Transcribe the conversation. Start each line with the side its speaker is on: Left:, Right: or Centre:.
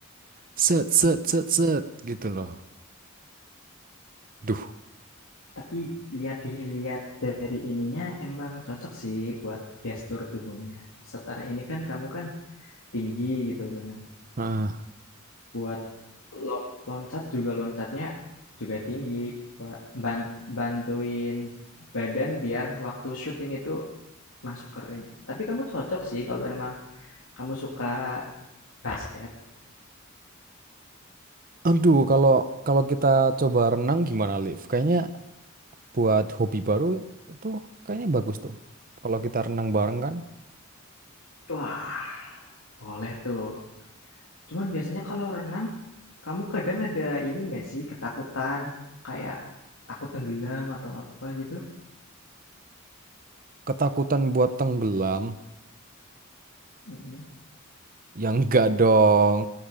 Right: set set set set gitu loh duh
Left: Tapi lihat lihat dari ininya emang cocok sih buat gestur tubuhnya. Setara ini kan kamu kan tinggi gitu kan.
Right: ah.
Left: Buat lon loncat juga loncatnya juga tinggi. Buat ban- bantuin badan biar waktu syuting itu masuk kering. Tapi kamu cocok sih kalau emang Kamu suka basket?
Right: Aduh, kalau kalau kita coba renang gimana, Liv? Kayaknya buat hobi baru itu kayaknya bagus tuh. Kalau kita renang bareng kan,
Left: Wah, boleh tuh. Cuman biasanya kalau renang, kamu kadang ada ini nggak sih, ketakutan, kayak takut tenggelam atau apa gitu?
Right: ketakutan buat tenggelam,
Left: Mhm.
Right: yang enggak dong.